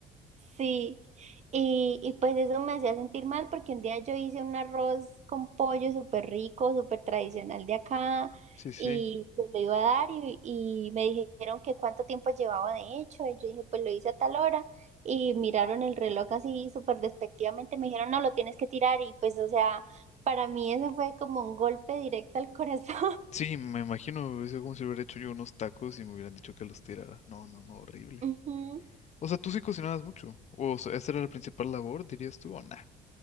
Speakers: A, on the right (about 40°); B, on the left (about 40°).
A: Sí, y, y pues eso me hacía sentir mal porque un día yo hice un arroz con pollo súper rico, súper tradicional de acá,
B: Sí, sí.
A: y se lo iba a dar y, y me dijeron que cuánto tiempo llevaba de hecho, y yo dije, pues lo hice a tal hora, y miraron el reloj así súper despectivamente, me dijeron, no, lo tienes que tirar, y pues o sea, para mí eso fue como un golpe directo al corazón.
B: Sí, me imagino, hubiese sido como si hubiera hecho yo unos tacos y me hubieran dicho que los tirara. No, no, no, horrible.
A: <laughs> Ujú.
B: O sea, tú sí cocinabas mucho. O sea, ¿esa era la principal labor, dirías tú, o nah?